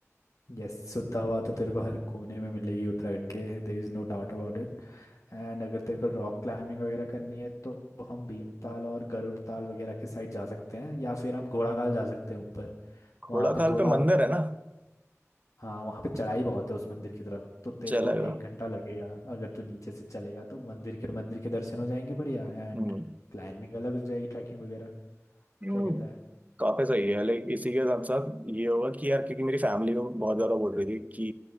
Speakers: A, on the left; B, on the right.
A: यस शुद्ध हवा तो तेरे को हर कोने में मिलेगी उत्तराखंड के there is no doubt about it And अगर तेरे को रॉक क्लाइंबिंग वगैरह करनी है तो हम भीमताल और गरुड़ ताल वगैरह के साइड जा सकते हैं या फिर हम घोड़ाखाल जा सकते हैं ऊपर
B: घोड़ाखाल
A: वहाँ पे थोड़ा
B: पे मंदिर है ना
A: हाँ वहाँ पे चढ़ाई बहुत है उस मंदिर की तरफ तो तेरे
B: चलेगा
A: को एक ओ, घंटा लगेगा अगर तू नीचे से चलेगा तो मंदिर के मंदिर के दर्शन हो जाएंगे बढ़िया एंड
B: हम्म
A: क्लाइंबिंग अलग हो जाएगी ट्रैकिंग वगैरह
B: हम्म,
A: क्या कहता है
B: काफी सही है लाइक इसी के साथ साथ ये होगा कि यार क्योंकि मेरी फैमिली को बहुत ज्यादा बोल रही थी कि